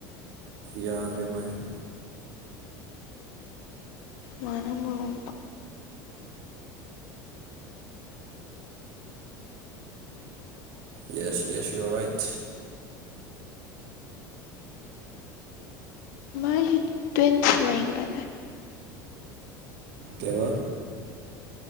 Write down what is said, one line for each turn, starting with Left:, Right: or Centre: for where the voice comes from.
Right: ꯌꯥꯗ ꯔꯦꯃꯖ
Left: ꯃꯥꯅ ꯃꯑꯣ
Right: ꯌꯦꯁ ꯌꯦꯁ ꯌꯣꯔ ꯔꯥꯏꯠ
Left: ꯃꯥꯏꯁꯤ ꯇ꯭ꯋꯤꯟꯁ ꯂꯩꯒ꯭ꯔ
Right: ꯀꯋꯥ